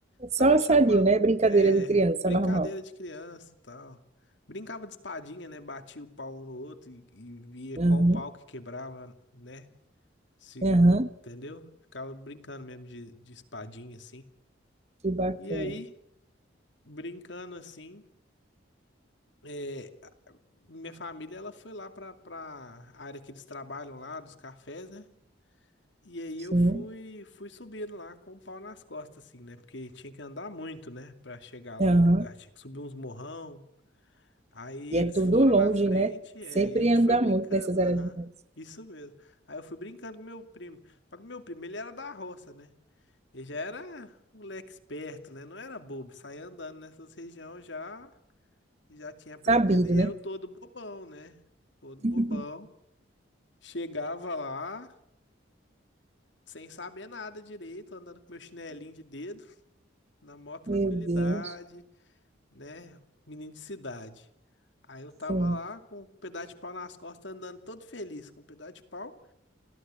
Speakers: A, on the right; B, on the left.
A: Só
B: tava achar
A: sadio,
B: uma,
A: né? Brincadeira
B: é,
A: de criança,
B: brincadeira
A: normal.
B: de criança e tal. Brincava de espadinha, né? Batia o pau um no outro e, e via
A: Aham,
B: qual pau que quebrava, né? Se,
A: aham.
B: entendeu? Ficava brincando mesmo de, de espadinha, assim.
A: Que bacana.
B: E aí, brincando assim, é, minha família, ela foi lá pra, pra área que eles trabalham lá, dos cafés, né? E aí
A: Sim,
B: eu fui, fui subindo lá com o pau nas costas, assim, né? Porque tinha que andar muito, né? Pra chegar lá
A: aham.
B: no lugar. Tinha que subir uns morrão. Aí eles
A: E é tudo
B: foram
A: longe,
B: na frente,
A: né? Sempre
B: é, e a gente
A: anda
B: foi brincando.
A: muito nessas áreas
B: Aham,
A: rurais.
B: isso mesmo. Aí eu fui brincando com meu primo. Só que meu primo, ele era da roça, né? Ele já era um moleque esperto, né? Não era bobo. Saía andando nessas regiões já, já tinha aprendido.
A: Sabido,
B: E
A: né?
B: eu todo bobão, né? Todo bobão.
A: <laughs>
B: Chegava lá. sem saber nada direito, andando com meu chinelinho de dedo, <laughs> na maior tranquilidade,
A: Meu Deus.
B: né? Menino de cidade. Aí eu tava
A: Sim.
B: lá com um pedaço de pau nas costas, andando todo feliz com um pedaço de pau.